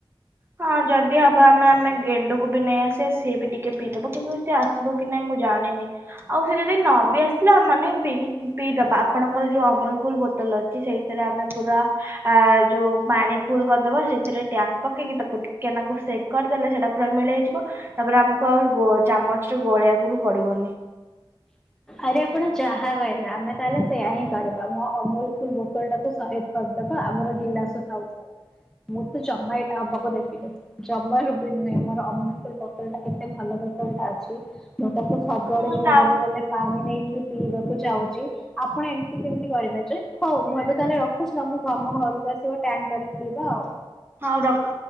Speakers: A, on the right (about 25°); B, in the centre.
A: ହଁ ଯଦି ହବ ଆମେ ଆମେ ଗେଣ୍ଡୁକୁ ବି ନେଇ ଆସିବା ସିଏ ବି ଟିକେ ପିଇଦବ କିନ୍ତୁ ସିଏ ଆସିବ କି ନାଇଁ ମୁଁ ଜାଣିନି ଆଉ ସେ ଯଦି ନବି ଆସିଲେ ଆମ ମାନେ ପି ପିଇଦବା ଆପଣଙ୍କର ଯୋଉ ଅମଲ କୁଲ ବୋତଲ ଅଛି ସେଇଥିରେ ଆମେ ପୁରା ଅ ଯୋଉ ପାଣି ଫୁଲ କରିଦେବା ସେଥିରେ ଟ୍ୟାଙ୍କ ପକେଇକି ତାକୁ ଟି କେନାକୁ ସେକ କରିଦେଲେ ସେଟା ପୁରା ମିଳେଇଯିବ ତାପରେ ଆମକୁ ଆ ଚାମଚ ରେ ଗୋଳେଇବାକୁ ବି ପଡିବନି।
B: ଆରେ ଆପଣ ଯାହା କହିଲା ଆମେ ତାହେଲେ ସେଇୟା ହିଁ କରିବା ମୋ ଅମୁଲ କୁଲ ବୋତଲ ଟାକୁ ସହିଦ କରିଦବା ଆମର ଗିଲାସ ଥାଉ ଥାଉ ମୁଁ ତ ଜମା ଏଇଟା ହବାକୁ ଦେବିନି ଜମାରୁ ବି ନୁହେଁ ମୋର ଅମୁଲ କୁଲ ବୋତଲ ଟା କେତେ ଭଲ ବୋତଲ ଟା ଅଛି। ମଁତାକୁ ସବୁଆଡେ
A: ହଁ
B: ଯୁଆଡ଼େ
A: ତା
B: ଗଲେ ପାଣି ନେଇକି ପିଇବାକୁ ଯାଉଛି ଆପଣ ଏମିତି କେମିତି କରିବେ ଯେ ହଉ ମୁଁ ଏବେ ତାହେଲେ ରଖୁଛି ତମକୁ ଘରକୁ ଆସିବ ଟ୍ୟାଙ୍କ କରିକି ପିଇବା ଆଉ।
A: ହଉ ରଖ।